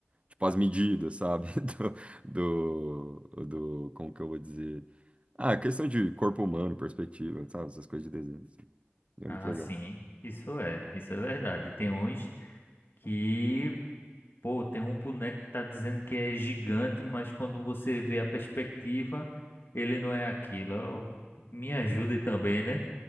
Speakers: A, on the right; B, on the left.
A: tipo, as medidas, sabe? <laughs> Do, do, do- como que eu vou dizer? Ah, questão de corpo humano, perspectiva, sabe? Essas coisas de desenho, assim. É
B: Ah,
A: muito legal.
B: sim, isso é, isso é verdade. Tem uns que Pô, tem um boneco que tá dizendo que é gigante, mas quando você vê a perspectiva, ele não é aquilo. Ó, Me ajude também, né?